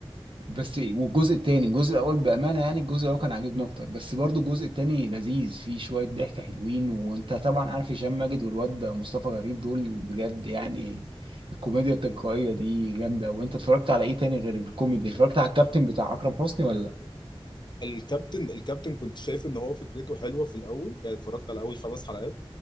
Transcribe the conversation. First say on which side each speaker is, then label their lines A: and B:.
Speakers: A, on the right (about 55°); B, on the left (about 45°).
A: بس والجزء التاني الجزء الاول بامانه يعني الجزء الاول كان عاجبني اكتر بس برضو الجزء التاني لذيذ فيه شويه ضحك حلوين وانت طبعا عارف هشام ماجد والواد ده مصطفى غريب دول بجد يعني الكوميديا التلقائيه دي جامده وانت اتفرجت على ايه تاني غير الكوميدي اتفرجت على الكابتن بتاع اكرم حسني ولا
B: الكابتن الكابتن كنت شايف ان هو فكرته حلوه في الاول يعني اتفرجت على اول خمس حلقات